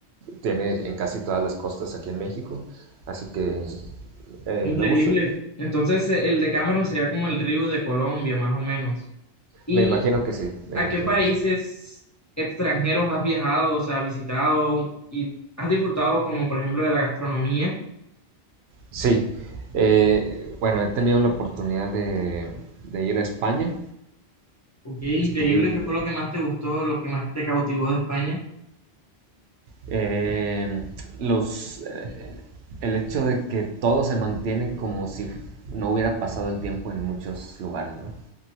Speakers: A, on the right; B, on the left.
A: tiene en casi todas las costas aquí en México. Así que eh,
B: Increíble.
A: me gusta.
B: Entonces, eh, el Decameron sería como el río de Colombia, más o menos. ¿Y
A: Me imagino que sí, me
B: a
A: imagino
B: qué países
A: que sí.
B: extranjeros has viajado, o sea, has visitado y has disfrutado, como por ejemplo, de la gastronomía?
A: Sí, eh, bueno, he tenido la oportunidad de, de ir a España.
B: Ok, increíble.
A: Estuve un...
B: ¿Qué fue lo que más te gustó, lo que más te cautivó de España?
A: eh, los... eh, el hecho de que todo se mantiene como si no hubiera pasado el tiempo en muchos lugares, ¿no?